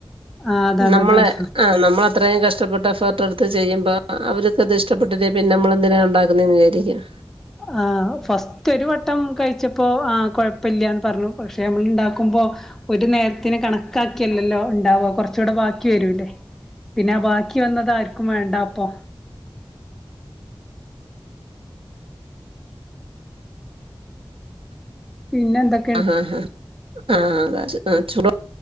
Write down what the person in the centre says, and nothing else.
ആഹ് അതാണ്
അതാണ്
ആഹ് ഫസ്റ്റ് ഒരുവട്ടം കഴിച്ചപ്പോൾ ആ കുഴപ്പല്ലന്ന് പറഞ്ഞു പക്ഷേ നമ്മൾ ഉണ്ടാക്കുമ്പോ ഒരു നേരത്തിന് കണക്കാക്കിയല്ലല്ലോ ഉണ്ടാവുക കുറച്ചുകൂടെ ബാക്കി വരൂല്ലേ പിന്നെ ആഹ് ബാക്കി വന്നത് ആർക്കും വേണ്ട അപ്പൊ പിന്നെ എന്താ